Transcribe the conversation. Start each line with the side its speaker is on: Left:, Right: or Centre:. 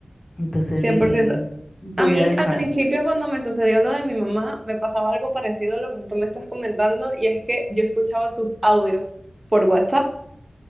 Left: Entonces
Right: cien
Left: dije,
Right: por ciento.
Left: voy
Right: A mí,
Left: a dejar.
Right: al principio, cuando me sucedió lo de mi mamá, me pasaba algo parecido a lo que tú me estás comentando, y es que yo escuchaba sus audios por WhatsApp